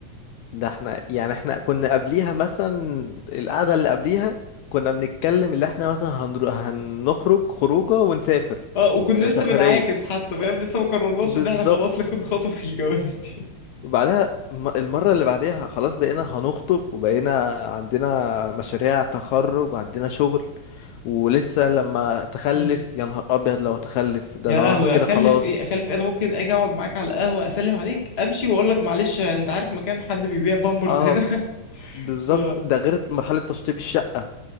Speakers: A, on the left; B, on the left.
A: ده احنا يعني احنا كنا قبليها مثلا القعده اللي قبليها كنا بنتكلم اللي احنا مثلا هنرو... هنخرج خروجه ونسافر
B: اه وكنا
A: آه،
B: لسه
A: سفريه
B: بنعاكس حتى فاهم لسه ما قررناش
A: بالظبط
B: ان احنا خلاص ناخد خطوة الجواز دي
A: وبعدها الم- المرة اللي بعديها خلاص بقينا هنخطب وبقينا عندنا مشاريع تخرج وعندنا شغل ولسه لما تخلف
B: <laughs>
A: يا نهار أبيض لو هتخلف ده
B: يا
A: لو
B: لهوي
A: أنا كده
B: اخلف
A: خلاص
B: ايه اخلف ايه انا ممكن اجي اقعد معاك على القهوه اسلم عليك امشي واقول لك معلش انت عارف مكان حد بيبيع بامبرز
A: اه
B: هنا <laughs>
A: بالظبط
B: ف
A: ده غير مرحلة تشطيب الشقة